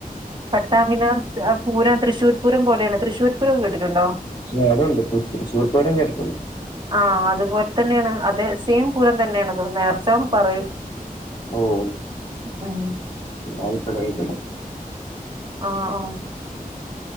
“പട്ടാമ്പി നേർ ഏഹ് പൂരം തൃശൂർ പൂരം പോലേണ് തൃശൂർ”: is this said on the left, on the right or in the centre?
Right